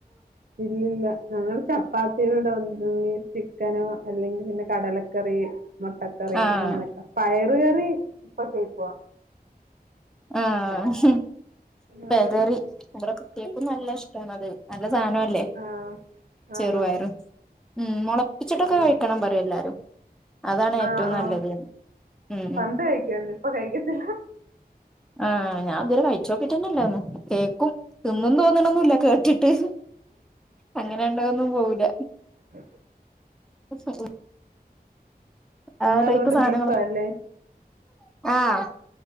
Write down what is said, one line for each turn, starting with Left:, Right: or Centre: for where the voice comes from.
Right: ഇല്ലല്ല ഞങ്ങള് ചപ്പാത്തിടെ കൂടെ <unintelligible> ചിക്കനോ അല്ലെങ്കി പിന്നെ കടല കറി മുട്ടക്കറി
Centre: ആഹ്
Right: അങ്ങനെയൊക്കെ പയറ് കറി ഇപ്പൊ കേക്ക്വ
Centre: ആഹ്
Right: ആഹ്
Centre: <unintelligible> ഇവടെക്കെ കുട്ട്യാക്കും നല്ല ഇഷ്ടാണത് നല്ല സാനും അല്ലേ
Right: ആഹ്
Centre: ചെറുപയറും
Right: ആണാണ്
Centre: ഉം മൊളപ്പിച്ചിട്ടൊക്കെ
Right: ആഹ്
Centre: കഴിക്കണം പറയും എല്ലാരും അതാണ് ഏറ്റവും
Right: ആഹ് ആഹ്
Centre: നല്ലത് ഉം
Right: പണ്ട്
Centre: ഉം
Right: കഴിക്കുവായിരുന്നു ഇപ്പൊ കഴിക്കത്തില്ല
Centre: ആഹ് ഞാൻ ഇതുവരെ കഴിച്ചോക്കീട്ടില്ലതൊന്നും കേക്കും തിന്നും തോന്ന്ണൊന്നുല്ല കേട്ടിട്ട് അങ്ങനെ ണ്ടതൊന്നും പോവൂല
Right: അ.
Centre: <inaudible> ആ
Right: ഇന്ന്
Centre: ടൈപ്പ്
Right: അതുകൊണ്ട്
Centre: സാനങ്ങളും
Right: ബീഫാല്ലേ
Centre: ആഹ്‌